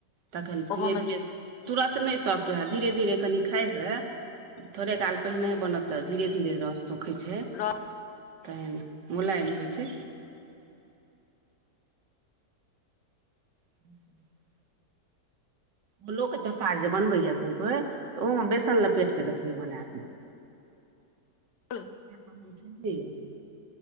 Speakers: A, on the right; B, on the left.
A: तखन धीरे
B: ओहोमे
A: धीरे तुरत नहि सॉफ्ट होए धीरे धीरे कनि खाय से थोड़े काल पहिने बनतऽ धीरे धीरे रास सुखैत छै
B: र।
A: तहन मुलायम होई छै ह फूलोक के चोखा जे बनबैया कोइ कोई तऽ ओहोमे बेसन लपेट कऽ देखबै बना कऽ
B: ब।
A: <inaudible>